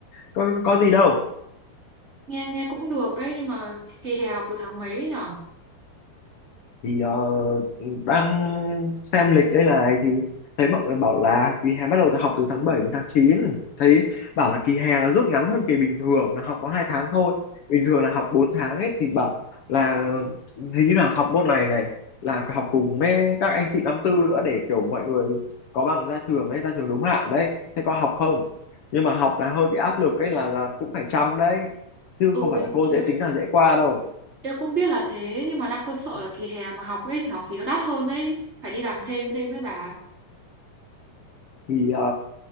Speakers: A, on the left; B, on the right.
A: có có gì đâu
B: Nghe nghe cũng được đấy Nhưng mà kỳ hè học từ tháng mấy ấy nhở
A: thì ờ, đang xem lịch đây này thì thấy mọi người bảo là kỳ hè bắt đầu từ học từ tháng 7 đến tháng chín thấy bảo là kỳ hè là rút ngắn hơn kỳ bình thường là học có hai tháng thôi bình thường là học 4 tháng ấy thì bảo là ừ, hình như là học môn này này là học cùng với các anh chị năm tư nữa để kiểu mọi người có bằng ra trường ấy ra trường đúng hạn đấy thế có học không nhưng mà học là hơi bị áp lực ấy là là cũng phải chăm đấy chứ
B: Ừ
A: không phải là cô
B: ý là
A: dễ tính là dễ qua đâu
B: Em cũng biết là thế Nhưng mà đang cơ sợ là kỳ hè mà học ấy Thì học phí nó đắt hơn đấy Phải đi làm thêm thêm đấy bà
A: thì ờ,